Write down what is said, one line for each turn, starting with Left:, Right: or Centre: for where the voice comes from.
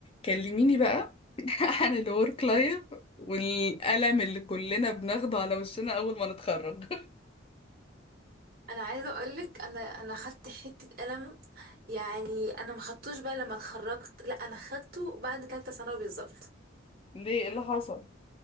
Left: كلميني بقى <laughs> عن الورك لايف والألم اللي كلنا بناخده على وشنا أول ما نتخرج <laughs>
Right: انا عايزه اقولك انا انا خدت حته قلم يعني انا ما خدتوش بقى لما اتخرجت لا انا خدته بعد ثالثه ثانوي بالظبط
Left: ليه إيه اللي حصل